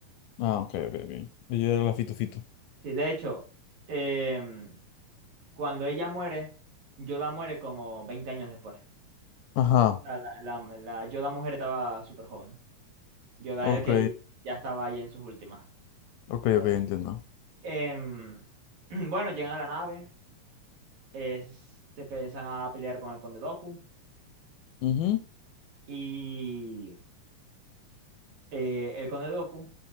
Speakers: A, on the left; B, on the right.
A: Ah, ok, ok, ok. Ella era la fitufitu.
B: Sí, de hecho, em, cuando ella muere, Yoda muere como 20 años después.
A: Ajá,
B: La, la, la- la Yoda mujer estaba súper joven. Yoda
A: ok,
B: es el que ya estaba ahí en sus últimas.
A: ok,
B: Yoda
A: ok,
B: viejito.
A: entiendo.
B: Em, <clears throat> bueno, llegan a la nave, es- se empiezan a pelear con el Conde Doku
A: Ujú,
B: y eh, el Conde Dooku,